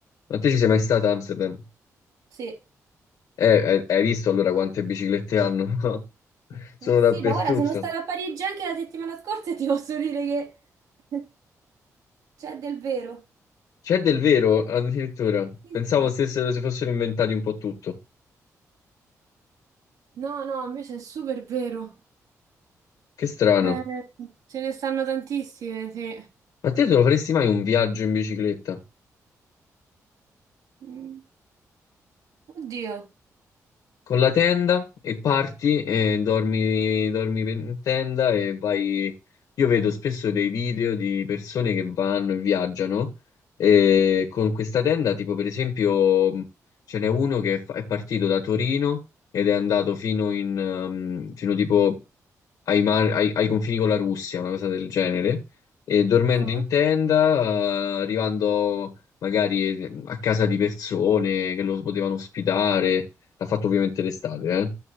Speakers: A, on the left; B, on the right.
A: Ma te ci sei mai stata a Amsterdam?
B: sì.
A: Eh, eh, hai visto allora quante biciclette hanno? <laughs>
B: Eh
A: Sono
B: eh, sì,
A: dappertutto.
B: ma guarda, sono stata a Parigi anche la settimana scorsa e ti posso dire che <laughs> c'è del vero.
A: C'è del vero, addirittura.
B: Sì,
A: Pensavo
B: sì.
A: stesse, si fossero inventati un po' tutto.
B: No, no, invece è super vero.
A: Che strano.
B: Eh, ce ne stanno tantissime, sì.
A: Ma te te lo faresti mai un viaggio in bicicletta?
B: Mm, Oddio.
A: con la tenda e parti e dormi, dormi in tenda e vai. Io vedo spesso dei video di persone che vanno e viaggiano e con questa tenda, tipo per esempio, mh, ce n'è uno che fa- è partito da Torino ed è andato fino in, ehm, fino tipo ai, mar- ai- ai confini con la Russia, una cosa del genere, e dormendo
B: Ah.
A: in tenda, eh, arrivando magari ehm, a casa di persone che lo potevano ospitare. L'ha fatto ovviamente l'estate, eh.